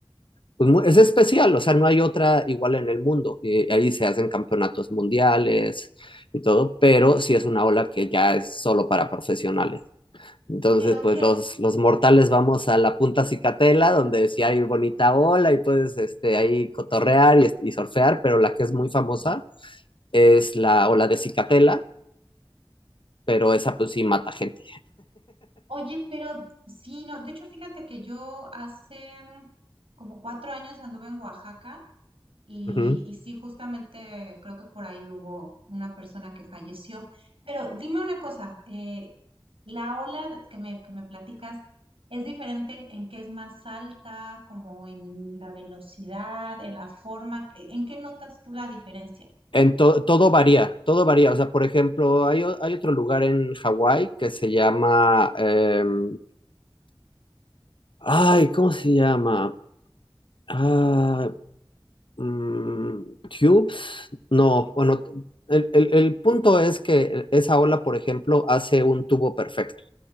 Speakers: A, on the left; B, on the right.
A: pues, mu- es especial, o sea, no hay otra igual en el mundo. Y ahí se hacen campeonatos mundiales y todo, pero sí es una ola que ya es solo para profesionales. Entonces,
B: Pero
A: pues
B: que,
A: los, los mortales vamos a la punta Cicatela, donde sí hay bonita ola y puedes este, ahí cotorrear y, y surfear, pero la que es muy famosa es la ola de Cicatela, pero esa pues sí mata gente.
B: oye, pero sí, no, de hecho, fíjate que yo hace mm, como cuatro años anduve en Oaxaca y,
A: Ujú.
B: y sí, justamente creo que por ahí hubo una persona que falleció. Pero dime una cosa, eh, La ola que me, que me platicas es diferente en que es más alta, como en la velocidad, en la forma. e- ¿En qué notas tú la diferencia?
A: En to- todo varía, todo varía. O sea, por ejemplo, hay, o- hay otro lugar en Hawái que se llama, em, ay, ¿cómo se llama? Ah, mm, Tubes, no, bueno, el, el- el punto es que esa ola, por ejemplo, hace un tubo perfecto